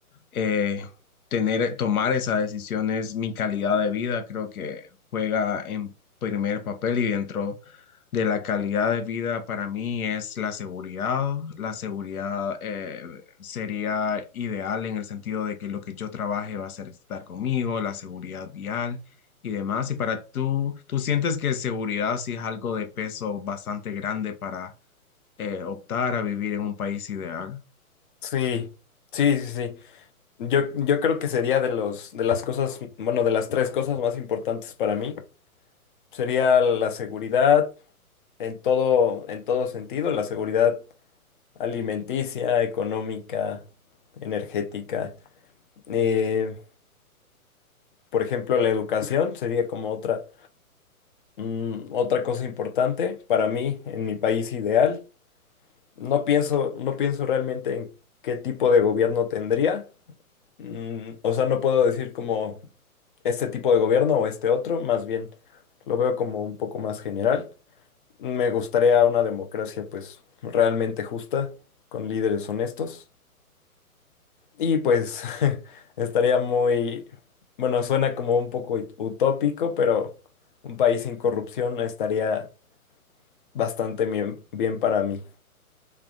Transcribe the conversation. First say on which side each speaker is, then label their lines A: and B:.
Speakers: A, on the left; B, on the left.
A: eh, tener, tomar esa decisión es mi calidad de vida, creo que juega en primer papel y dentro de la calidad de vida para mí es la seguridad. La seguridad eh, sería ideal en el sentido de que lo que yo trabaje va a ser estar conmigo, la seguridad vial y demás. Y para tú, ¿tú sientes que seguridad sí es algo de peso bastante grande para eh, optar a vivir en un país ideal?
B: Sí, sí, sí, sí. Yo, yo creo que sería de los, de las cosas, bueno, de las tres cosas más importantes para mí. Sería la seguridad en todo, en todo sentido, la seguridad alimenticia, económica, energética. Eh, por ejemplo, la educación sería como otra. Mm, otra cosa importante para mí, en mi país ideal, no pienso, no pienso realmente en qué tipo de gobierno tendría. Mm, o sea, no puedo decir como este tipo de gobierno o este otro, más bien lo veo como un poco más general. Me gustaría una democracia pues realmente justa, con líderes honestos. Y pues <laughs> estaría muy, bueno, suena como un poco ut- utópico, pero un país sin corrupción estaría bastante bien, bien para mí.